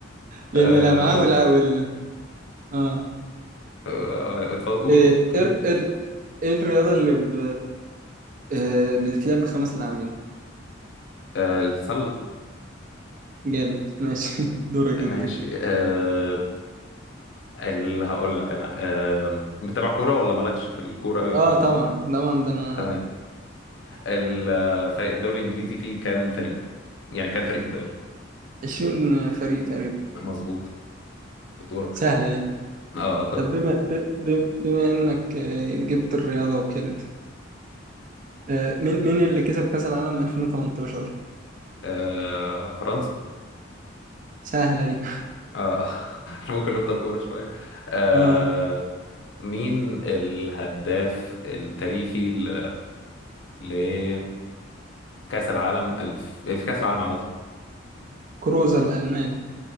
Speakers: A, on the right; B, on the left.
A: لأن
B: آه،
A: الأمعاء
B: دور
A: والع- وال اه آه،
B: آه، اتفضل قول
A: إيه
B: قول كنت ليه
A: إر... إر... إيه الرياضة اللي ب... آه، بتتلعب بخمس لاعبين
B: آه، السله
A: جامد ماشي <laughs> دورك
B: ماشي
A: انت
B: آه، اللي هقول لك انا آه، متابع كوره ولا مالكش في الكوره قوي
A: اه طبعا طبعا ده انا
B: تمام ال- آه، فريق الدوري الانجليزي فيه كام فريق يعني كام فريق في الدوري
A: 20 فريق تقريبا
B: مظبوط دورك
A: سهلة دي.
B: اه
A: طب بما ب- ب- بما انك آه، جبت الرياضة وكده آه، مين مين اللي كسب كأس العالم 2018
B: آه، فرنسا
A: سهلة دي
B: آه <laughs> احنا ممكن نفضل كورة شوية
A: <laughs>
B: آه
A: اه
B: مين الهداف التاريخي ل- لكأس العالم الف... في كأس العالم عامة
A: كروزا الألماني